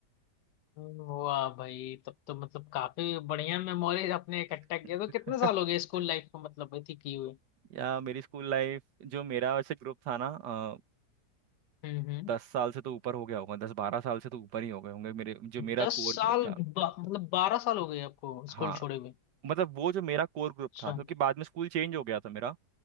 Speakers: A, on the left; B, on the right.
A: हम्म, वाह भाई तब तो मतलब काफी बढ़िया मेमोरीज आपने इकट्ठा
B: <laughs>
A: किया तो कितने साल हो गए स्कूल लाइफ को मतलब इतनी की हुई
B: या मेरी स्कूल लाइफ जो मेरा वैसे ग्रुप था ना अ,
A: हम्म हम्म
B: दस साल से तो ऊपर हो गया होगा दस बारह साल से तो ऊपर ही हो गए होंगे मेरे जो मेरा
A: दस
B: कोर
A: साल
B: ग्रुप था
A: बा, मतलब बारह साल हो गए आपको
B: हाँ
A: स्कूल छोड़े हुए
B: मतलब वो जो मेरा कोर ग्रुप
A: अच्छा
B: था क्योंकि बाद में स्कूल चेंज हो गया था मेरा